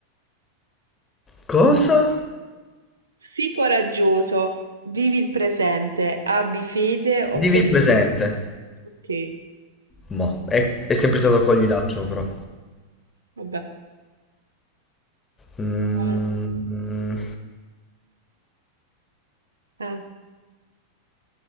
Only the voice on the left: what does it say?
Cosa?
Vivi
il presente.
Mo, è, è sempre stato cogli l'attimo però.
Mm.